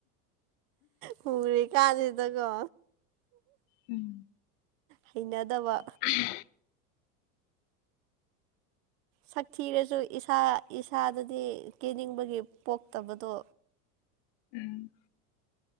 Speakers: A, on the right; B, on the left.
A: ꯃꯨꯔꯤ ꯀꯥꯟꯁꯤꯗꯀꯣ
B: ꯎꯝ
A: ꯍꯩꯅꯗꯕ
B: <unintelligible>
A: ꯁꯛꯊꯤꯔꯁꯨ ꯏꯁꯥ ꯏꯁꯥꯗꯗꯤ ꯀꯦꯅꯤꯡꯕꯒꯤ ꯄꯣꯛꯇꯕꯗꯣ
B: ꯎꯝ